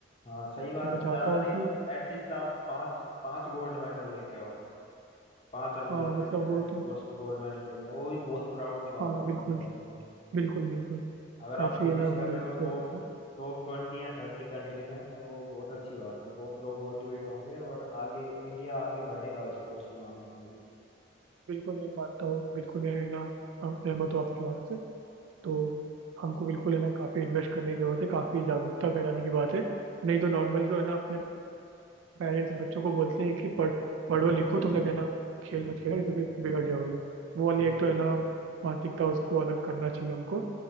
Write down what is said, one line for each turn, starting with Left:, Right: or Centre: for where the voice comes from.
Left: हाँ सही बात
Right: तो मैं
Left: है,
Right: चाहता
Left: ज्यादा
Right: हूँ
Left: नहीं
Right: कि
Left: तो एटलीस्ट आप पांच पांच गोल्ड मेडल लेके आओ पांच डिफरेंट
Right: हाँ मतलब
Left: डिफरेंट
Right: वो तो
Left: स्पोर्ट्स में गोल्ड मेडल लेके आओ वो भी बहुत प्राउड की बात
Right: हाँ
Left: होगी
Right: बिल्कुल
Left: इंडिया के लिए
Right: बिल्कुल बिल्कुल
Left: अगर
Right: काफी
Left: आप फिनिश
Right: है ना वो
Left: कर रहे हो
Right: सही
Left: टॉप
Right: रहेगा
Left: टॉप ट्वेंटी या थर्टी कंट्री में तो बहुत अच्छी बात है बहुत लोग मोटिवेट होंगे और आगे इंडिया आगे बढ़ेगा स्पोर्ट्स के मामले में भी
Right: बिल्कुल मैं मानता हूँ बिल्कुल मैं है ना हाँ, सहमत हूँ आपकी बात से तो हमको बिल्कुल है ना काफी इन्वेस्ट करने की जरूरत है काफी जागरूकता फैलाने की बात है नहीं तो नॉर्मली तो है ना अपने पेरेंट्स बच्चों को बोलते हैं कि पढ़ पढ़ो लिखो तुम लोग है ना खेल मत खेलो नहीं तो फिर बिगड़ जाओगे वो वाली
Left: हम्म,
Right: एक तो है ना मानसिकता उसको अलग करना चाहिए हमको